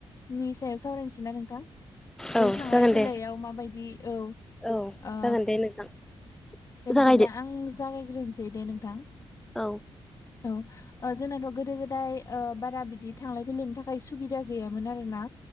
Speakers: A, on the left (about 40°); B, in the centre.
A: नि सायाव सावरायनोसै ना नोंथां जों
B: औ
A: थांलाय
B: जागोन
A: फैलायाव
B: दे
A: माबायदि औ।
B: औ
A: ओ
B: जागोन दे नोंथां।
A: दे बिदिब्ला
B: जागायदो
A: आं जागायग्रोनोसै दे नोंथां।
B: औ।
A: औ। ओ जोंनाथ' गोदो गोदाय ओ बारा बिदि थांलाय फैलायनि थाखाय सुबिदा गैयामोन आरो ना।